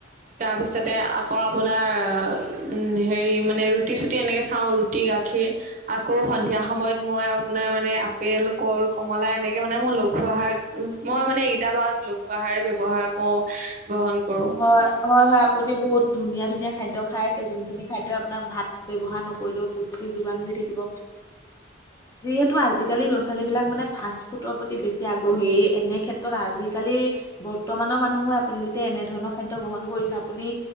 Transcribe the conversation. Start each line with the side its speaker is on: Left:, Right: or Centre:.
Right: তাৰপিছতে আকৌ আপোনাৰ হেৰি মানে ৰুটি চুটি এনেকৈ খাওঁ। ৰুটি গাখীৰ। আকৌ সন্ধিয়া সময়ত মই আপোনাৰ মানে আপেল, কল, কমলা এনেকে মানে মোৰ লঘু আহাৰ মই মানে এইকেইটা মাহত লঘু আহাৰেই ব্যৱহাৰ কৰো গ্ৰহন কৰো।
Left: হয়, হয়, হয় আপুনি বহুত ধুনীয়া ধুনীয়া খাদ্য খাই আছে যোনখিনি খাদ্যই আপোনাক ভাত ব্যৱহাৰ নকৰিলেও পুষ্টি যোগান ধৰি থাকিব। যিহেতু আজিকালি ল'ৰা ছোৱালীবিলাক মানে ফাষ্ট ফুডৰ প্ৰতি বেছি আগ্ৰহী এনে ক্ষেত্ৰত আজিকালি বৰ্তমানৰ মানুহ হয় আপুনি যেতিয়া এনে ধৰণৰ খাদ্য গ্ৰহণ কৰিছে আপুনি